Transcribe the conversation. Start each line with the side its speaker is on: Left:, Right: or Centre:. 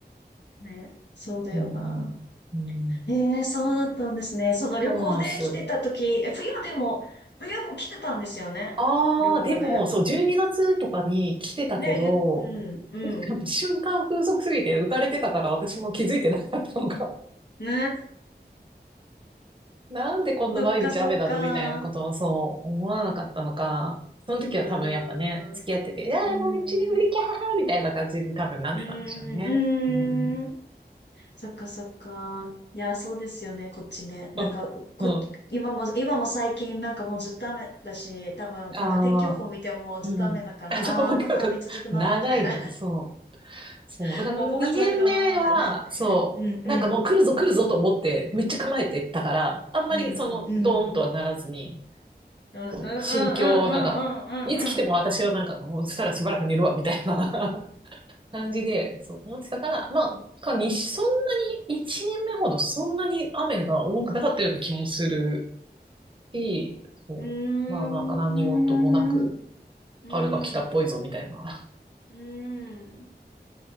Left: ね、そうだよな。
Right: うん、うん、
Left: ええそうだったんですね。その旅行で来てた時、
Right: そうなんです。
Left: え、冬でも、冬も来てたんですよね。
Right: ああ、
Left: 旅行で。
Right: でも、そう、12月とかに来てたけど、
Left: ね、ゆ、うん、うん。
Right: なんか瞬間風速すぎて浮かれてたから私も気づいてなかったのか。
Left: ね、
Right: なんで今度毎日雨だのみたいなことをそう思わなかったのか。
Left: そっかそっか。
Right: その時は多分やっぱね、
Left: うーん、
Right: 付き合ってて、
Left: う
Right: いやーもう一年ぶりキャーみたいな感じで多分なってたんでしょうね。
Left: ーん、うーん、
Right: うん。
Left: うーん。そっかそっか。いや、そうですよね、こっちね。なんか、
Right: うん。
Left: こ、
Right: あ
Left: 今も、今も最近なんかもうずっと雨だし、多分なんか天気予報見てもずっと雨だから、
Right: あ、うん。あ、そう、わかるか長いね。
Left: あー、また雨続くなー、みたいな。
Right: そう。そう。
Left: <laughs>
Right: だから2年目は、
Left: もう5月だけどなー、みたいな。
Right: そう。
Left: うん
Right: なんかもう来るぞ来るぞと思って、めっちゃ構えてたから、あんまりその、
Left: うん。うんうん。
Right: ドーンとはならずに、
Left: うんうんうんうんうん
Right: そう、心境、なんか、いつ来ても私はなんか、もうしたらしばらく寝るわ、みたいな <laughs> 感じで、そう思ってたから、まあ、かに、そんなに、1年目ほどそんなに雨が多くなかったような気もするし、そう。
Left: うんうんうん。
Right: まあなんか何事もなく、
Left: うーん。
Right: 春が来たっぽいぞ、
Left: うーん。
Right: みたいな。
Left: うーん。